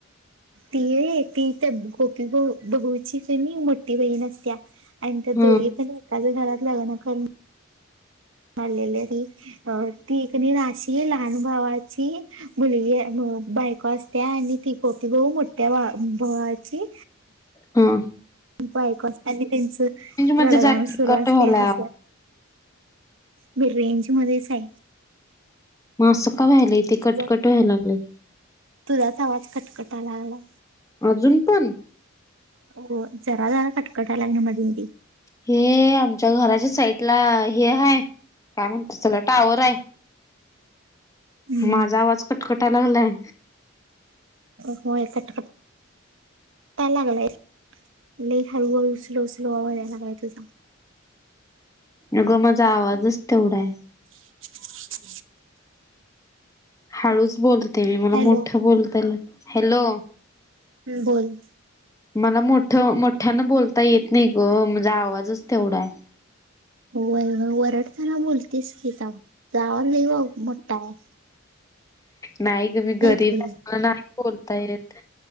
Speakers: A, on the right; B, on the left.
A: ती ती त्या गोपी ब बहुची कणी मोठी बहीणसत्या. आणि त्या
B: हम्म
A: दोघी पण एकाद घरात लागवणार ख आलेली त अ ती एकणी नाशी लहान भावाची. मुलगी आण बायको असते आणि ती. गोपी बहू मोठ्या भावाची.
B: हा.
A: बायको असता त्यांचं
B: मध्ये
A: रड
B: जा
A: गाणं
B: की
A: सुरू
B: कट
A: असतय
B: व्हायला
A: हसल्या मी रेंज मध्येच आहे.
B: म आसं का व्हायलय तेे कटकट
A: तुझा
B: व्हाय लागलेय.
A: तुझाच आवाज कटकटा लागलाय.
B: अजून पण?
A: हो, जरा वेळा कटकटालाय ना मधी मधी.
B: हे आमच्या घराच्या साईटला हे हाय काय म्हणतात तेला टावर आय.
A: हम्म
B: माझा आवाज कटकटाय लागलाय?
A: होय कटकट टा लागलंय, लय हळूहळू स्लो स्लो आवाज या लागलाय तुझा.
B: अ ग माझा आवाजच तेवढा हाय.
A: <inaudible>
B: हळूच बोलते मी मला
A: हॅलो
B: मोठं बोलतेल हॅलो
A: बोल.
B: मला मोठ मोठ्यान बोलता येत नाही ग माझा आवाजच तेवढा आय.
A: होय ग वरडताना बोलतीस की तवा, तुझा आवाज लय मोठा हाय.
B: नाही ग मी गरीब
A: ते
B: हाय, मला नाही बोलता येत,